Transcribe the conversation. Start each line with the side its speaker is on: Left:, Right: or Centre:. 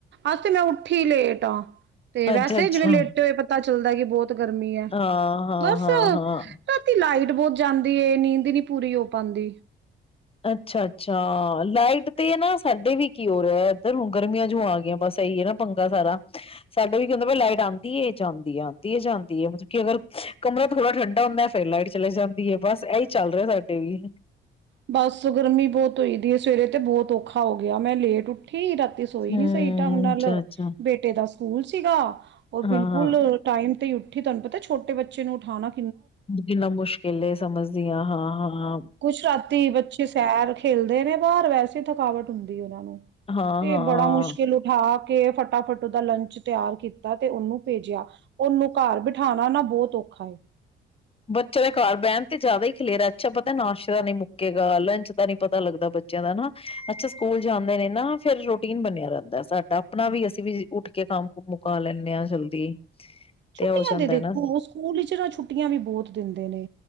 Right: ਅੱਜ ਤੇ ਮੈਂ ਉੱਠੀ ਲੇਟ ਹਾਂ ਤੇ ਵੈਸੇ
Left: ਅੱਛਾ-ਅੱਛਾ,
Right: ਜਿਵੇਂ ਲੇਟੇ ਹੋਏ ਪਤਾ ਚੱਲਦਾ ਗ ਬਹੁਤ ਗਰਮੀ ਹੈ
Left: ਹਾਂ-ਹਾਂ,
Right: ਬਸ
Left: ਹਾਂ-ਹਾਂ।
Right: ਰਾਤੀ ਲਾਈਟ ਬਹੋਤ ਜਾਂਦੀ ਏ ਨੀਂਦ ਨੀ ਪੂਰੀ ਹੋ ਪਾਂਦੀ
Left: ਅੱਛਾ ਅੱਛਾ ਲਾਈਟ ਤੇ ਨਾ ਸਾਡੇ ਵੀ ਕੀ ਹੋਰਿਹਾ ਐਧਰ ਹੁਨ ਗਰਮੀਆਂ ਜੂ ਆ ਗਈਆਂ ਬਸ ਇਹੀ ਏ ਨਾ ਪੰਗਾ ਸਾਰਾ ਸਾਡਾ ਵੀ ਕੀ ਹੁੰਦਾ ਪਿਐ ਲਾਈਟ ਆਂਦੀ ਏ ਜਾਂਦੀ ਏ ਆਂਦੀ ਏ ਜਾਂਂਦੀ ਏ ਮਤਲਬ ਕਿ ਅਗਰ ਕਮਰਾ ਥੋੜ੍ਹਾ ਠੰਡਾ ਹੁੰਦਾ ਫਿਰ ਲਾਈਟ ਚਲੇ ਜਾਂਦੀ ਏ ਬਸ ਇ ਚੱਲ ਰਿਹਾ ਸਾਡੇ ਵੀ
Right: ਬਸ ਗਰਮੀ ਬਹੋਤ ਹੋਈ ਦੀ ਏ ਸਵੇਰੇ ਤੇ ਬਹੋਤ ਔਖਾ ਹੋ ਗਿਆ ਮੈਂ ਲੇਟ ਉੱਠੀ ਰਾਤੀ ਤੇ ਸੋਈ
Left: ਹੂੰ।
Right: ਨਿ ਸਹੀ ਢੰਗ ਨਾਲ
Left: ਅੱਛਾ-ਅੱਛਾ,
Right: ਬੇਟੇ ਦਾ ਸਕੂਲ ਸੀਗਾ ਉਹ ਬਿਲਕੁਲ
Left: ਹਾਂ
Right: ਟਾਈਮ ਤੇ ਤੁਹਾਨੂੰ ਪਤਾ ਛੋਟੇ ਬੇਚੇ ਨੂੰ ਉਠਾਣਾ
Left: ਕਿੰਨਾ ਮੁਸ਼ਕਿਲ ਸਮਝਦੀ ਹਾਂ ਹਾਂ ਹਾਂ
Right: ਕੁਛ ਰਾਤੀ ਬੱਚੇ ਸੈਰ ਖੇਲਦੇ ਨੇ ਬਾਹਰ ਵੈਸੇ ਥਕਾਵਟ ਹੁੰਦੀਆਂ
Left: ਹਾਂ-ਹਾਂ।
Right: ਤੇ ਬੜਾ ਮੁਸ਼ਕਿਲ ਉਠਾ ਤੇ ਫਟਾਫਟ ਉਹਦਾ ਲੰਚ ਤਿਆਰ ਕੀਤਾ ਤੇ ਉਹਨੂੰ ਭੇਜਿਆ ਉਹਨੂੰ ਘਰ ਬਿਠਾਨਾ ਨਾ ਬਹੋਤ ਔਖਾ ਏ
Left: ਬੱਚੇ ਘਰ ਬਹਿਨ ਤੇ ਜ਼ਿਆਦਾ ਹੀ ਖਲੇਰ ਅੱਛਾ ਪਤਾ ਨਾਸ਼ਤਾ ਨੇ ਮੁੱਕੇਗਾ ਲੰਚ ਦਾ ਨੀ ਪਤਾ ਲੱਗਦਾ ਬੱਚਿਆਂ ਦਾ ਨਾ ਅੱਛਾ ਸਕੂਲ ਜਾਂਦੇ ਨੇ ਨਾ ਫੇਰ ਰੂਟੀਨ ਬਣਿਆ ਰਹਿੰਦਾ ਸਾਡਾ ਆਪਣਾ ਵੀ ਅਸੀਂ ਵੀ ਉੱਠ ਕੇ ਕੰਮ ਮੁਕਾ ਲੈਂਦੇ ਹਾਂ ਜਲਦੀ
Right: ਛੁੱਟੀਆਂ
Left: ਹੋ ਜਾਂਦਾ
Right: ਤੇ ਦੇਖੋ
Left: ਨਾ
Right: ਸਕੂਲ ਚ ਨਾ ਛੁੱਟੀਆਂ ਵੀ ਬਹੋਤ ਦਿੰਦੇ ਨੇ